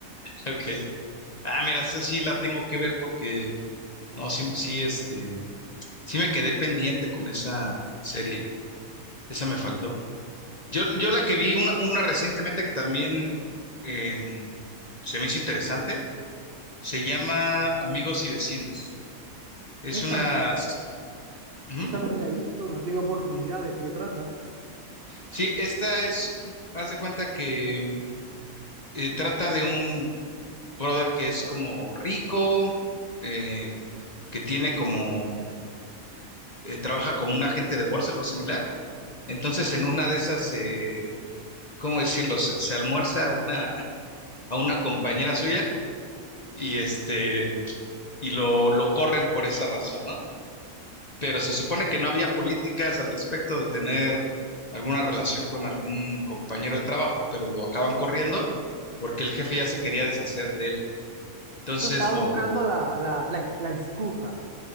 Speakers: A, on the left; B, on the right.
A: ok. Ah, mira, esta sí la tengo que ver porque, no, sí, sí, este, sí me quedé pendiente con esa serie, esa me faltó. Yo, yo la que vi, una, una recientemente que también eh, se me hizo interesante, se llama Amigos y Vecinos. Es
B: Esa,
A: una, Ujú.
B: esa no me la he visto, no he tenido oportunidad. ¿De qué trata?
A: Sí, esta es, haz de cuenta que em, eh, trata de un brother que es como rico, eh, que tiene como, mm, eh, trabaja como un agente de bolsa, algo similar Entonces, en una de esas, eh, ¿cómo decirlo? Se, se almuerza a una, a una compañera suya y este, y lo, lo corren por esa razón, ¿no? Pero se supone que no había políticas al respecto de tener alguna relación con algún compañero de trabajo, pero lo acaban corriendo porque el jefe ya se quería deshacer de él. Entonces
B: Estaba
A: lo,
B: buscando la, la, la, la excusa.